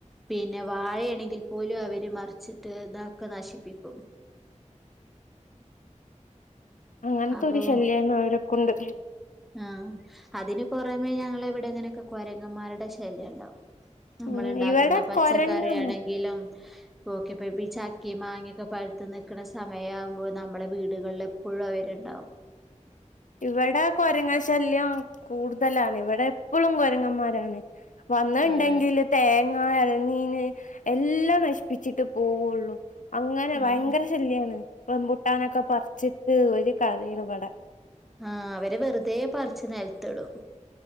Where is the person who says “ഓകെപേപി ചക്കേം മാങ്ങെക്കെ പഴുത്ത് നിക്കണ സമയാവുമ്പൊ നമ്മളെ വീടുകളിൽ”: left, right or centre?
Centre